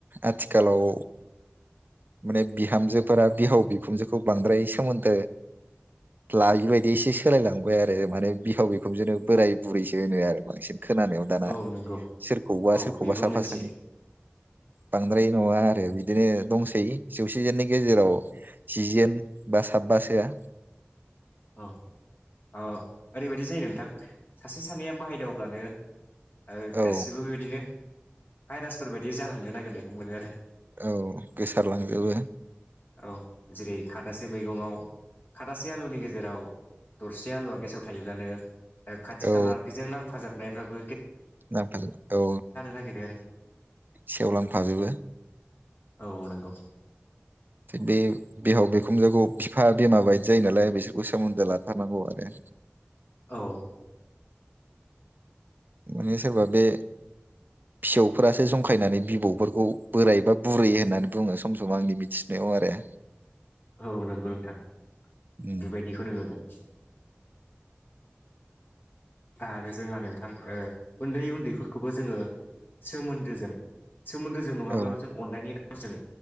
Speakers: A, on the right; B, on the left.
A: आथिखालाव माने बिहामजोफोरा बिहाव बिखुनजोखौ बांद्राय सोमोन्दो लायि बायदि एसे सोलायलांबाय आरो माने बिहाव बिखुनजोनो बोराय बुरैसो होनो आरो बांसिन। खोनानायाव दाना
B: औ नंगौ
A: सोरखौबा
B: औ
A: सोरखौबा
B: बेबो
A: साफा
B: मोनसे
A: सानै बांद्राय नङा आरो बिदिनो दंसै। बिसोर जौसेजोननि गेजेराव जि जोन बा साबासोआ
B: औ औ ओरैबायदि जायो नोंथां सासे सानैया बाहायदावब्लानो आरो
A: औ
B: गासिबो बिदिनो भाइरासफोर बायदि जालांनो नागिरनायखौ मोनो आरो।
A: औ गोसारलांजोबो
B: औ जेरै खादासे मैगंआव खादासे आलुनि गेजेराव जेराव दरसे आलुवा गेसाव थायोब्लानो खाथि
A: औ
B: खाला बेजों नांफाजाब नायफ्राबो
A: नांफाजोबो औ
B: नागिरो
A: सेवलांफाजोबो।
B: औ नंगौ।
A: बे बिहाव बिखुनजोखौ बिफा बिमा बायदि जायो नालाय बिसोरखौ सोमोन्दो लाथारनांगौ आरो।
B: औ
A: माने सोरबा बे फिसौफोरासो जंखायनानै बिबौफोरखौ बोरायबा बुरै होननानै बुङो सम सम आंनि मिथिनायाव आरो।
B: औ नंगौ नोंथां
A: उम
B: बेबायदिखौनो नुदों। आरो जोंहा नोंथां ओ उन्दै उन्दैफोरखौबो जोङो सोमोन्दोजों सोमोन्दो जों नङाब्ला
A: औ
B: जों अननायनि रा